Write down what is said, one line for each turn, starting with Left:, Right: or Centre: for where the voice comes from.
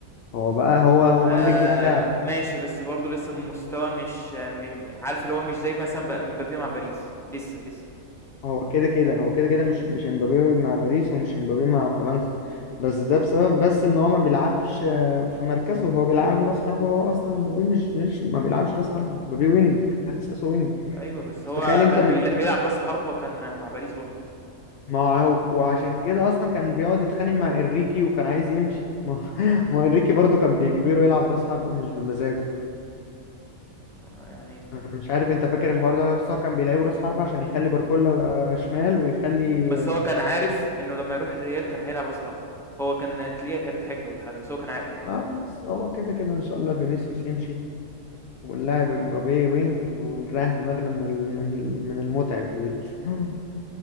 Left: هو بقى هو هو
Centre: آه
Left: النجم بتاعك
Centre: ماشي بس برضه لسه مستوى مش م- عارف اللي هو مش زي مثلا ب- مبابي مع باريس لسه لسه
Left: هو كده كده هو كده كده مش مش امبابي مع باريس ومش امبابي مع فرنسا بس ده بسبب بس ان هو ما بيلعبش آه، في مركزه هو بيلعبه راس حربة هو اصلا امبابي مش مش ما بيلعبش راس حربة امبابي وينج اساسه وينج
Centre: ايوه بس هو
Left: تخيل انت
Centre: كان
Left: بت...
Centre: بيلا- بيلعب راس حربة كان مع باريس برضه
Left: ما هو وعشان كده اصلا كان بيقعد يتخانق مع انريكي وكان عايز يمشي ما هو <laughs> ما هو انريكي برضو كان بيجبره يلعب راس حربة مش بمزاجه
Centre: يعني
Left: أنا مش عارف انت فاكر الحوار ده ولا لأ، بس هو كان بيلعبه راس حربة عشان يخلي باركولا آه، شمال ويخلي
Centre: بس هو كان عارف انه لما يروح الريال كان هيلعب راس حربة هو كان تلاقيها كانت حجة ولا حاجة بس هو كان عارف اكيد
Left: اه بس هو كده كده ان شاء الله فينيسيوس يمشي ونلاعب امبابي وينج ونريح دماغنا من ال... من ال... من المتعب بال... <laughs>